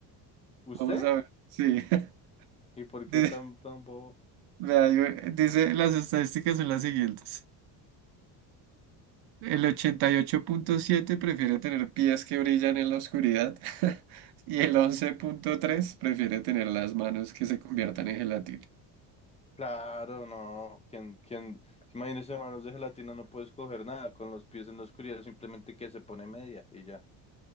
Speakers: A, on the right; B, on the left.
A: <laughs>
B: ¿Usted?
A: Vamos a ver. Sí. <laughs>
B: ¿Y por
A: Dice,
B: qué tan, tan bobo?
A: vea, yo- dice, las estadísticas son las siguientes. El 88.7 prefiere tener pies que brillan en la oscuridad <laughs> y el 11.3 prefiere tener las manos que se conviertan en gelatina.
B: Claro, no. ¿Quién, quién? Imagínese manos de gelatina, no puede escoger nada con los pies en la oscuridad, simplemente que se pone media y ya.